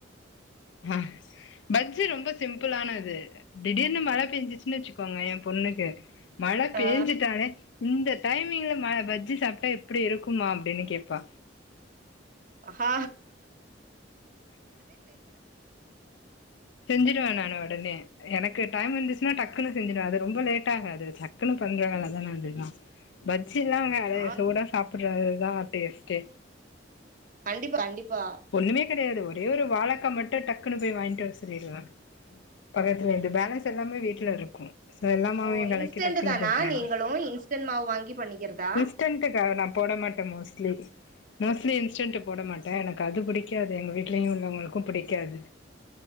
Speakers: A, on the left; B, on the right.
A: ஹ பஜ்ஜி ரொம்ப சிம்பிளானது திடீர்னு மழ பெஞ்சிச்சுனு வச்சுக்கோங்க எம் பொண்ணுக்கு மழ பேஞ்சுட்டாளே
B: ஆ
A: இந்த டைமிங்ல ம பஜ்ஜி சாப்ட்டா எப்டி இருக்குமா அப்டின்னு கேப்பா
B: ஹ
A: செஞ்சிருவே நானு ஒடனே எனக்கு டைம் இருந்துச்சுனா டக்குனு செஞ்சிடுவே அது ரொம்ப லேட் ஆகாது டக்குனு பண்ற வேல தானே அதெல்லா பஜ்ஜி எல்லாங்க அத
B: ஆ
A: சூடா சாப்பட்றது தா டேஸ்ட்டே
B: கண்டிப்பா கண்டிப்பா
A: ஒண்ணுமே கெடையாது ஒரே ஒரு வாழக்கா மட்டு டக்குனு போய் வாங்கிட் வர சொல்லிருவே பக்கத்துல இருந்து பேலன்ஸ் எல்லாமே வீட்ல இருக்கு சொ எல்லாமாவையு
B: ஓ
A: கலக்கி
B: இன்ஸ்டன்ட்
A: டக்குனு
B: தானா
A: போட்ருவே
B: நீங்களு
A: நா
B: இன்ஸ்டன்ட் மாவு வாங்கி பண்ணிக்கிறதா
A: இன்ஸ்டன்டு நா போட மாட் டே மோஸ்ட்லி மோஸ்ட்லி இன்ஸ்டன்டு போட மாட்டே எனக் கு அது பிடிக்காது எங்க வீட்லயு உள்ளவங்களுக்கு பிடிக்காது